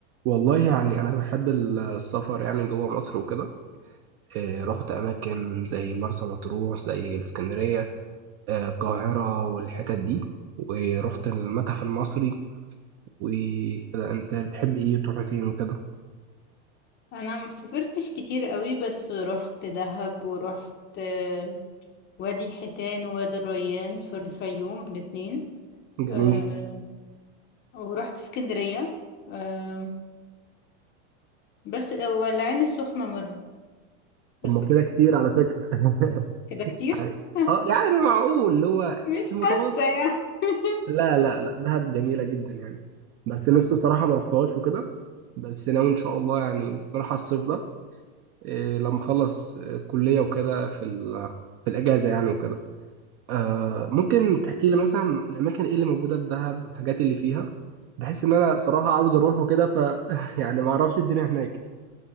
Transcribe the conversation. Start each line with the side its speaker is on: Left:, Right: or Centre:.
Right: والله يعني أنا بحب السفر يعني جوه مصر وكده إيه، رحت أماكن زي مرسى مطروح زي الإسكندرية آه، القاهرة والحتت دي ورحت المتحف المصري وكده أنت بتحب إيه تروح فين وكده
Left: انا ما سافرتش كتير قوي بس رحت دهب ورحت آه، وادي حيتان ووادي الريان في الفيوم الاتنين
Right: جميل
Left: آه، ورحت اسكندرية آه، بس والعين السخنة مرة
Right: طب
Left: بس
Right: ما
Left: كده
Right: كده كتير على فكرة <laughs>
Left: كده كتير
Right: يعني
Left: <laughs>
Right: آه يعني معقول اللي هو
Left: مش
Right: المتوسط
Left: حاسة يعني <laughs>
Right: لا لا لا دهب جميلة جدا يعني بس لسه صراحة ما رحتهاش وكده بس ناوي إن شاء الله يعني ممكن أروح الصيف ده إيه، لما اخلص آه، كلية وكده في ال- في الأجازة يعني وكده آه، ممكن تحكي لي مثلا الأماكن إيه اللي موجودة في دهب والحاجات اللي فيها بحيث إن أنا صراحة عاوز أروح وكده ف <laughs> يعني ما أعرفش الدنيا هناك